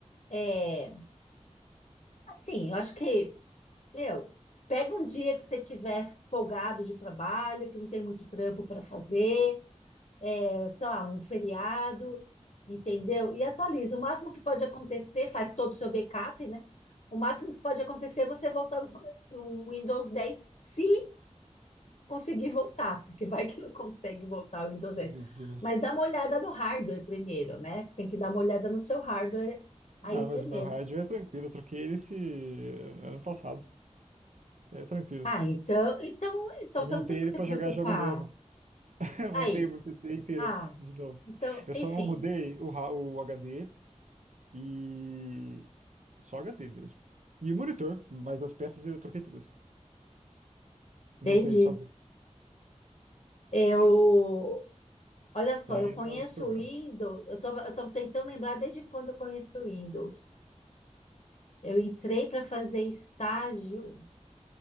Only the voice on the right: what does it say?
Meu Deus.
Não,
mas o meu rádio é tranquilo. Eu troquei ele esse eh, ano passado. É tranquilo.
Eu
montei
ele
pra
jogar jogo novo. <laughs> Eu
montei o meu PC inteiro
de novo.
Eu
só não mudei o, ra- o HD E só HD mesmo. E o monitor, mas as peças eu troquei todas. Montei
sozinho.
Aí
não é esse problema.